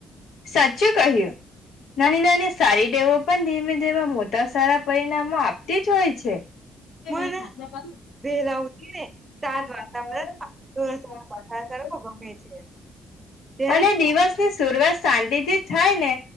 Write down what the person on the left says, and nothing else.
સાચું કહ્યું નાની નાની સારી ટેવો પણ ધીમે ધીમે મોટા સારા પરિણામો આપતી જ હોય છે. <unintelligible>
અને દિવસ ની શ શરૂવાત શાંતિથી થાય ને